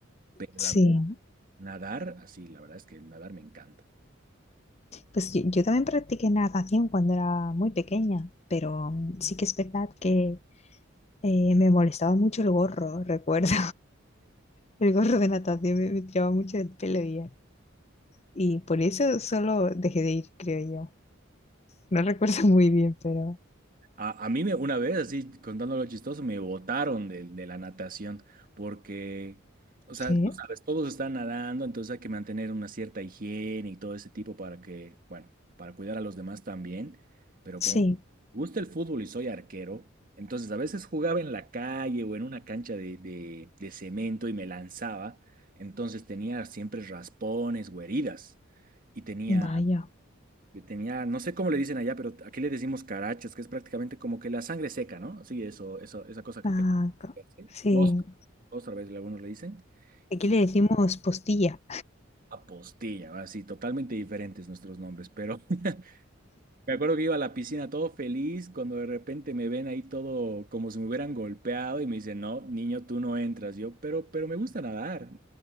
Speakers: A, on the right; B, on the left.
A: pero
B: sí.
A: la verdad, nadar, así, la verdad es que nadar me encanta.
B: Pues yo, yo también practiqué natación cuando era muy pequeña, pero mm, sí que es verdad que eh, me molestaba mucho el gorro, <laughs> recuerdo. El gorro de natación me, me tiraba mucho del pelo y, y por eso solo dejé de ir, creo yo. No recuerdo <laughs> muy bien, pero
A: A, a mí me, una vez, así, contándolo chistoso, me botaron de, de la natación porque, o sea,
B: Sí,
A: tú sabes, todos están nadando, entonces hay que mantener una cierta higiene y todo ese tipo para que, bueno, para cuidar a los demás también. Pero
B: sí,
A: como me gusta el fútbol y soy arquero, entonces a veces jugaba en la calle o en una cancha de, de, de cemento y me lanzaba, entonces tenía siempre raspones o heridas y tenía
B: vaya.
A: Yo tenía, no sé cómo le dicen allá, pero aquí le decimos carachas, que es prácticamente como que la sangre seca, ¿no? Sí, eso, eso, esa cosa que
B: Ah,
A: te
B: co-
A: hace.
B: sí,
A: Costra, otra vez algunos le dicen.
B: Aquí
A: Y
B: le decimos postilla.
A: apostilla, así, totalmente diferentes nuestros nombres. Pero <laughs> me acuerdo que iba a la piscina todo feliz cuando de repente me ven ahí todo como si me hubieran golpeado y me dicen, no, niño, tú no entras. Yo, pero, pero me gusta nadar.